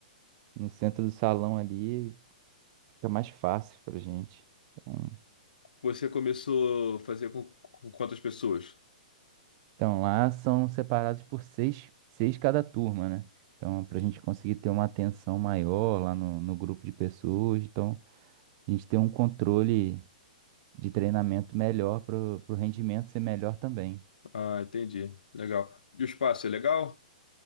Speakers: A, on the right; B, on the left.
A: no centro do salão ali, fica mais fácil pra gente. Então,
B: Você começou a fazer com, com quantas pessoas?
A: então lá são separados por seis, seis cada turma, né? Então pra gente conseguir ter uma atenção maior lá no, no grupo de pessoas, então a gente tem um controle. de treinamento melhor para o rendimento ser melhor também.
B: Ah, entendi. Legal. E o espaço é legal?